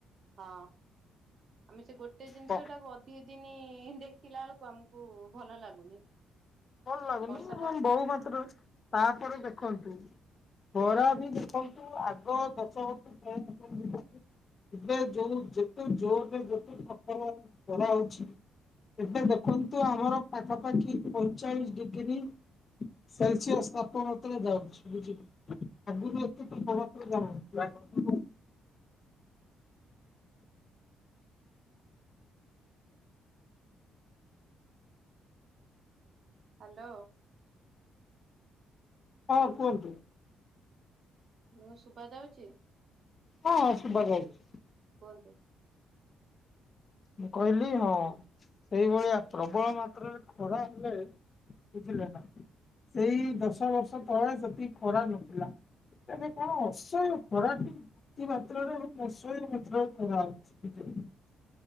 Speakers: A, on the right (about 50°); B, on the left (about 45°).
A: ହଁ ଆମେ ସେ ଗୋଟେ ଜିନିଷ
B: କ
A: ଟାକୁ ଅ ଦିଇ ଦିନ ଦେଖିଲା ବେଳକୁ ଆମୁକୁ ଭଲ ଲାଗୁନି।
B: ଭଲ ଲାଗୁନି
A: ବର୍ଷା
B: ଏବଂ
A: ଟା
B: ବହୁ ମାତ୍ର ତାପରେ ଦେଖନ୍ତୁ। ଖରା ବି ଦେଖନ୍ତୁ ଆଗ ଦଶ ବର୍ଷ <unintelligible> ଏବେ ଯୋଉ ଯେତେ ଜୋରରେ ଯେତେ <unintelligible> ଖରା ହଉଚି ଏବେ ଦେଖନ୍ତୁ ଆମର ପାଖାପାଖି ପଇଁଚାଳିସି ଡିଗ୍ରୀ ସେଲସିଅସ୍ ତାପମାତ୍ରା ଯାଉଛି <unintelligible> ଆଗୁରୁ ଏତିକି ତାପମାତ୍ରା <unintelligible>
A: ହାଲୋ।
B: ହଁ କୁହନ୍ତୁ।
A: ହାଲୋ ଶୁଭଯାଉଚି।
B: ହଁ-ହଁ ଶୁଭା <unintelligible>
A: କୁହନ୍ତୁ।
B: ମୁଁ କହିଲି ହଁ। ସେଇଭଳିଆ ପ୍ରବଳ ମାତ୍ରାରେ ଖରା ହେଲେ ବୁଝିଲେ ନାଁ। ସେଇ ଦଶ ବର୍ଷ ତଳେ ସେତିକି ଖରା ନଥିଲା। ଏବେ କଣ ଅସହ୍ୟ ଖରା ଯୋଗୁଁ କି ମାତ୍ରାରେ? ଅସହ୍ୟ ମାତ୍ରାରେ ଖରା ହଉଚି।